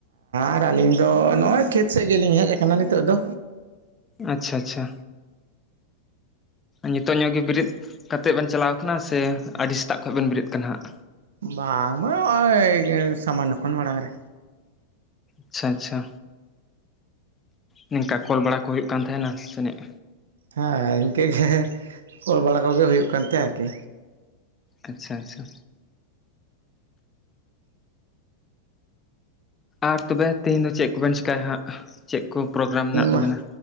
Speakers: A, on the right; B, on the left.
A: ᱟᱨ ᱟᱹᱞᱤᱧ ᱫᱚ ᱱᱚᱜᱼᱚᱭ ᱠᱷᱮᱛ ᱥᱮᱜ ᱜᱮᱞᱤᱧ ᱦᱮᱡ ᱟᱠᱟᱱᱟ ᱱᱤᱛᱚᱜ ᱫᱚ᱾
B: ᱟᱪᱪᱷᱟ ᱟᱪᱪᱷᱟ᱾ ᱱᱤᱛᱚᱜ ᱧᱚᱜ ᱜᱮ ᱵᱮᱨᱮᱫ ᱠᱟᱛᱮ ᱵᱮᱱ ᱪᱟᱞᱟᱣ ᱟᱠᱟᱱᱟ ᱥᱮ ᱟᱹᱰᱤ ᱥᱮᱛᱟᱜ ᱠᱷᱚᱱ ᱵᱮᱱ ᱵᱮᱨᱮᱫ ᱠᱟᱱᱟ ᱦᱟᱸᱜ᱾
A: ᱵᱟᱝ ᱵᱟᱝ ᱦᱚᱜ ᱚᱭ ᱥᱟᱢᱟᱱᱱᱚ ᱠᱷᱚᱱ ᱢᱟᱲᱟᱝ ᱨᱮ᱾
B: ᱟᱪᱪᱷᱟ, ᱟᱪᱪᱷᱟ, ᱱᱤᱝᱠᱟ ᱠᱚᱞ ᱵᱟᱲᱟ ᱠᱚ ᱦᱩᱭᱩᱜ ᱠᱟᱱ ᱛᱟᱦᱮᱱᱟ ᱥᱮᱱᱤᱡ᱾
A: ᱦᱮᱸ ᱤᱱᱠᱟᱹ ᱜᱮ ᱠᱚᱞ ᱵᱟᱲᱟ ᱠᱚᱜᱮ ᱦᱩᱭᱩᱜ ᱠᱟᱱ ᱛᱮ ᱟᱨᱠᱤ᱾
B: ᱟᱪᱪᱷᱟ ᱟᱪᱪᱷᱟ᱾ ᱟᱨ ᱛᱚᱵᱮ ᱛᱤᱦᱮᱧ ᱫᱚ ᱪᱮᱫ ᱠᱚᱵᱮᱱ ᱪᱮᱠᱟᱹᱭᱟ ᱦᱟᱸᱜ ᱪᱮᱫ ᱠᱚ ᱯᱨᱳᱜᱨᱟᱢ ᱢᱮᱱᱟᱜ ᱛᱟᱵᱮᱱᱟ᱾
A: ᱢᱟ